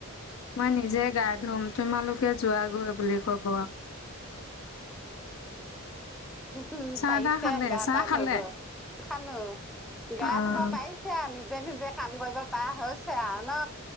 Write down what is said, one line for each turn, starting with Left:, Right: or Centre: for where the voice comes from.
Left: মই নিজে গা ধুম তোমালোকে যোৱাগৈ বুলি কব
Centre: মহু
Left: চাহ
Centre: পাৰিছে
Left: তাহ খালে
Centre: গা
Left: চাহ
Centre: পা
Left: খালে?
Centre: ধুব খালো গা
Left: অ',
Centre: ধুব পাৰিছে আৰু নিজে নিজে কাম কৰিব পাৰা হৈছে আৰু ন